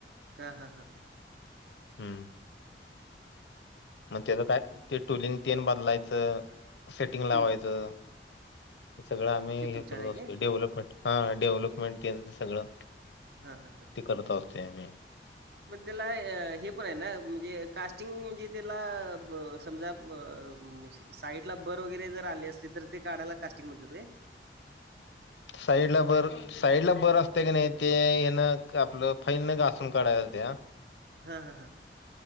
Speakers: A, on the right (about 65°); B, on the left (about 85°).
A: का? ह ह.
B: हुं. मग त्याचं काय? ते टुलिंग तीन बदलायचं सेटिंग लावायचं.
A: हं.
B: सगळं आम्ही
A: ते तुमच्याकडे
B: हे करत असतो.
A: आहे काय?
B: डेव्हलपमेंट हा डेव्हलपमेंट तेन सगळं
A: हा हा हा.
B: करत अवात आम्ही
A: मग त्याला हे पण हे ना म्हणजे कास्टिंग म्हणजे त्याला ब समजा ब अ साईडला बर वगैरे जर आली असली तर ते काढायला कास्टिंग म्हणतेत काय?
B: साईडला बर साईडला बरं असते की नाही ते हे ना आपलं फैन न घासून काढायला लागते ना.
A: ह ह ह.